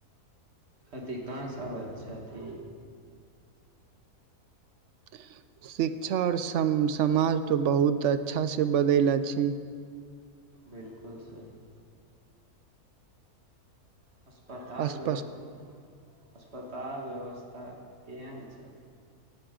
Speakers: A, on the right; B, on the right.
A: अधिकांश अबै छथि
B: <unintelligible> शिक्षा आओर सम समाज तो बहुत अच्छा से बदलि छै
A: बिलकुल सही अस्पताल
B: स्पष्ट
A: व्यवस्था अस्पताल व्यवस स्था केहन छै